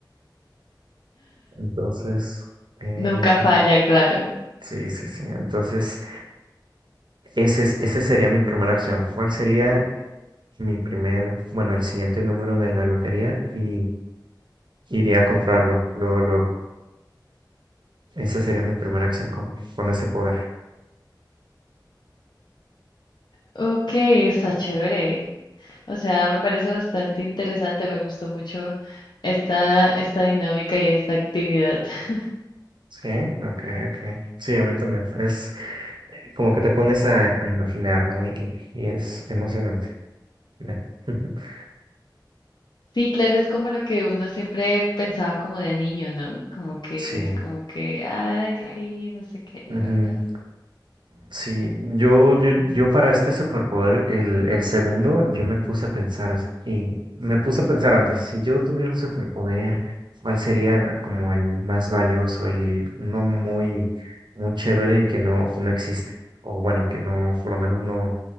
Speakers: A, on the right; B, on the left.
A: Entonces, eh,
B: Nunca falla, claro.
A: sí, sí, sí. Entonces, ese, es- ese sería mi primera acción. ¿Cuál sería mi primer, bueno, el siguiente número de la lotería? Y iría a comprarlo luego, luego. Esa sería mi primera acción con, con ese poder.
B: Ok, está chévere. O sea, me parece bastante interesante. Me gustó mucho esta, esta dinámica y esta actividad. <laughs>
A: Sí, ok, ok. Sí, a mí también. Es eh, como que te pones a, a imaginar, ¿no? Y, y es emocionante. ya. <laughs>
B: Sí, claro, es como lo que uno siempre pensaba como de niño, ¿no? Como que
A: Sí.
B: es como que, ay, sí, no sé qué, bla,
A: Ujú.
B: bla.
A: Sí, yo, yo, yo para este superpoder, el, el segundo, yo me puse a pensar y me puse a pensar antes, si yo tuviera un superpoder, ¿cuál sería como el más valioso, el uno muy, muy chévere y que no, que no existe? O bueno, que no, por lo menos no,